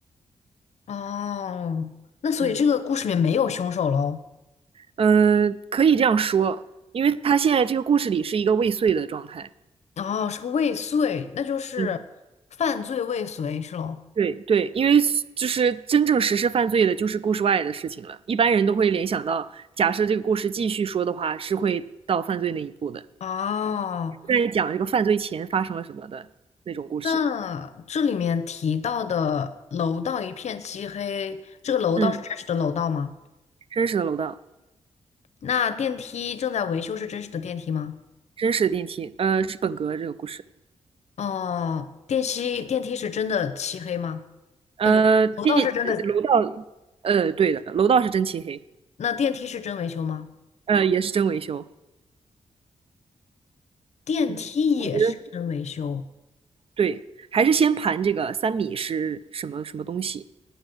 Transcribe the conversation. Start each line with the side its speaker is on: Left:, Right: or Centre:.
Left: 哦，那所以这个故事里面没有凶手喽？
Right: 嗯嗯、呃可以这样说，因为他现在这个故事里是一个未遂的状态，
Left: 哦，是个未遂，那就是
Right: 嗯，
Left: 犯罪未遂是喽？
Right: 对对，因为就是真正实施犯罪的就是故事外的事情了，一般人都会联想到，假设这个故事继续说的话，是会到犯罪那一步的，
Left: 哦，
Right: 在讲这个犯罪前发生了什么的那种故事，
Left: 那这里面提到的楼道一片漆黑，这个楼道是真实的楼道吗？
Right: 嗯，真实的楼道。
Left: 那电梯正在维修是真实的电梯吗？
Right: 真实的电梯，呃，是本格这个故事，
Left: 哦，电梯电梯是真的漆黑吗？
Right: 呃，
Left: 不不，
Right: 地楼道，
Left: 楼道是真的，
Right: 呃，对的，楼道是真漆黑，
Left: 那电梯是真维修吗？
Right: 呃，也是真维修，
Left: 电梯也是真维修。
Right: 嗯，我觉得对，还是先盘这个三米是什么什么东西，